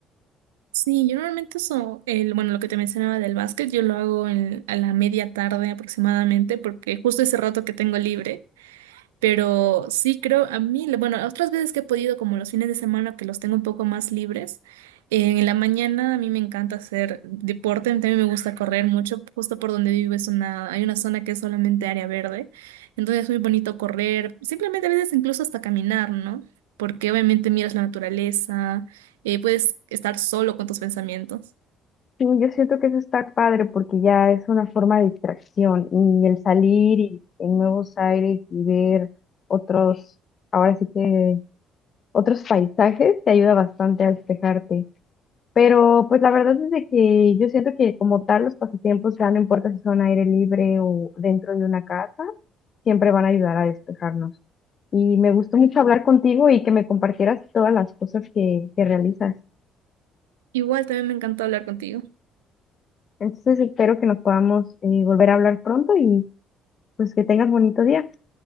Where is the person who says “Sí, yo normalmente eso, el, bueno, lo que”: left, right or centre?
Right